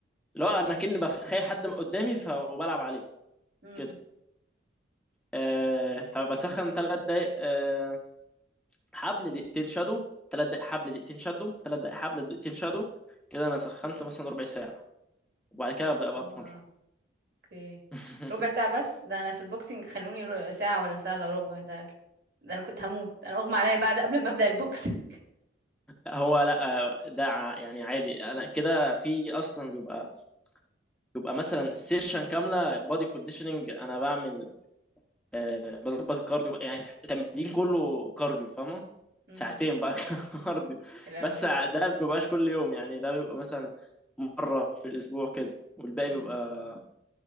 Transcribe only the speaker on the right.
امم
اه
اوكي
ربع ساعة بس ده انا في البوكسينج خلوني ر- ساعة ولا ساعة الا ربع ده كت- ده انا كنت هموت انا اغمى عليا بعد قبل ما ابدأ البوكسينج
<laughs> امم
يا لهوي
امم